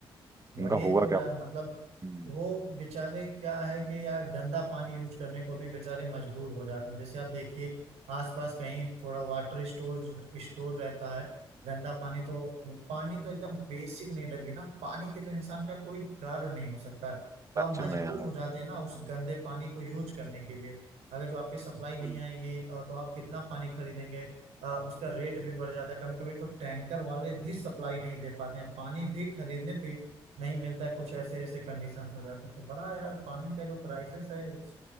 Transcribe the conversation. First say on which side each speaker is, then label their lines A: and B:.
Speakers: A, on the right; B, on the right.
A: वही
B: उनका होगा
A: तो यार
B: क्या
A: मतलब
B: हम्म,
A: वो बेचारे क्या है कि यार गंदा पानी यूज करने को भी बेचारे मजबूर हो जाते हैं जैसे आप देखिए आसपास कहीं थोड़ा वाटर स्टोर स्टोर रहता है गंदा पानी तो पानी तो एकदम बेसिक नीड है बिना पानी के तो इंसान का कोई कार्य नहीं हो सकता है तो
B: सच
A: आप मजबूर
B: में यार
A: हो जाते हैं ना उस गंदे पानी को यूज करने के लिए अगर जो आपकी सप्लाई नहीं
B: बिल्कुल
A: आएगी अ, तो आप कितना पानी खरीदेंगे अ, उसका रेट भी बढ़ जाता है कभी कभी तो टैंकर वाले भी सप्लाई नहीं दे पाते हैं पानी भी खरीदने भी नहीं मिलता है कुछ ऐसे ऐसे कंडीशंस हो जाते हैं तो बड़ा यार पानी का जो क्राइसिस है इस-